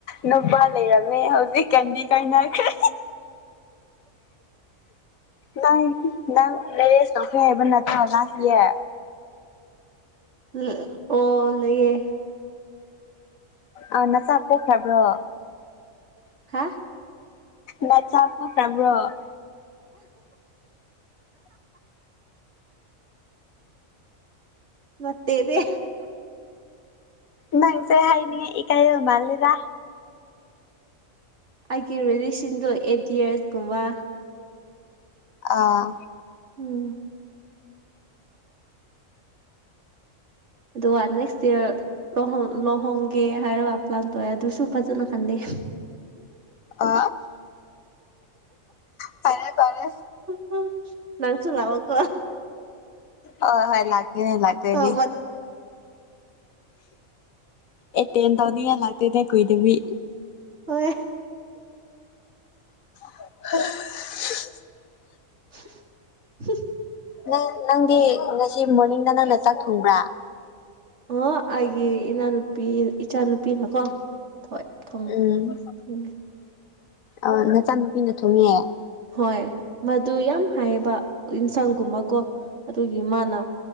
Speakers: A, on the left; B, on the right.
A: ꯅꯨꯄꯥ ꯂꯩꯔꯝꯃꯦ ꯍꯧꯖꯤꯛ ꯀꯟꯗꯤ ꯀꯥꯏꯅꯈ꯭ꯔꯦ ꯅꯪ ꯅꯪ ꯂꯩꯌꯦꯁ ꯇꯥꯎꯊꯦꯕꯅ ꯊꯥ ꯐꯗꯔꯤꯌꯦ
B: ꯎ ꯑꯣ ꯂꯌꯦꯦ
A: ꯑ ꯅꯆꯥ ꯄꯣꯛꯈ꯭ꯔꯕ꯭ꯔꯣ
B: ꯍꯥ
A: ꯅ ꯆꯄ꯭ꯔꯝ꯭ꯔꯣ <inaudible>
B: ꯃꯠꯇꯦꯕ
A: ꯅꯪꯁꯦ ꯍꯥꯏꯅꯤꯉ ꯏ ꯀꯥꯏ ꯃꯥꯜꯂꯗ
B: ꯑꯩꯒꯤ ꯔꯤꯂꯦꯁꯟꯗꯣ ꯑꯩꯠ ꯌꯌꯥꯔꯁꯀꯨꯝꯕ
A: ꯑꯥ
B: ꯎꯝ ꯑꯗꯨꯒ ꯅꯦꯛꯁ ꯏꯌꯥꯔ ꯂ ꯂꯨꯍꯣꯡꯒꯦ ꯍꯥꯏꯔꯒ ꯄ꯭ꯂꯥꯟ ꯇꯧꯑꯦ ꯑꯗꯨꯁꯨ ꯐꯖꯅ ꯈꯟꯗꯦ <inaudible>
A: ꯑ ꯐꯔ ꯀꯔꯦ
B: ꯎꯝ ꯅꯪꯁꯨ ꯂꯑꯣ ꯀꯣ
A: ꯍ ꯍꯣꯏ ꯂꯥꯛꯦ ꯂꯒꯦꯅꯦ
B: ꯇꯧꯕ
A: ꯑꯦ ꯇꯦꯟꯗꯅꯤ ꯂ ꯗ ꯀꯗꯕꯤ
B: ꯍꯣꯏ
A: ꯍꯜꯂ
B: <inaudible>
A: ꯅ ꯅꯪꯗꯤ ꯉꯁꯤ ꯃꯣꯔꯅꯤꯡꯗ ꯅꯪꯅ ꯆꯥꯛ ꯊꯣꯡꯕ꯭ꯔꯥ
B: ꯑꯣ ꯑꯩꯒꯤ ꯏꯅꯥꯅꯨꯄꯤ ꯏꯆꯥꯅꯨꯄꯤꯅꯀꯣ ꯊꯣꯏ ꯊꯨꯡ
A: ꯎꯝ
B: ꯊꯨꯡꯉ
A: ꯑ ꯅꯆꯥ ꯅꯨꯨꯄꯤꯅ ꯊꯨꯡꯉ
B: ꯍꯣꯏ ꯃꯗꯨ ꯌꯥꯝ ꯍꯥꯏꯌꯦꯕ ꯌꯦꯟꯁꯥꯡꯒꯨꯝꯕꯀꯣ ꯑꯗꯨꯒꯤ ꯃꯥꯅ